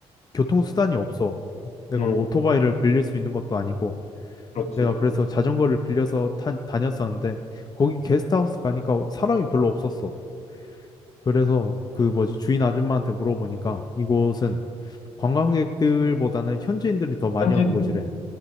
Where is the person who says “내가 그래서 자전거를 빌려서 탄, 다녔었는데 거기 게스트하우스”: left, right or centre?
Left